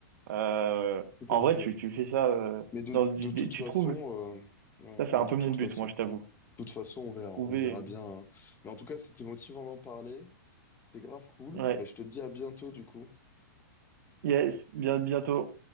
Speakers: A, on the right; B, on the left.
A: Euh,
B: Tout
A: en
B: à
A: vrai,
B: fait.
A: tu tu fais ça euh,
B: Mais de,
A: dans du-
B: de
A: des-
B: toute
A: tu
B: façon,
A: trouves.
B: euh, ouais,
A: Ça c'est
B: mais
A: un
B: de
A: peu
B: toute
A: mon but,
B: façon,
A: moi je
B: de
A: t'avoue.
B: toute façon, on verra,
A: Trouver.
B: on verra bien. hein. Mais en tout cas, c'était motivant d'en parler. C'était grave cool.
A: Ouais.
B: Bah, je te dis à bientôt, du coup.
A: Yes, bien bientôt.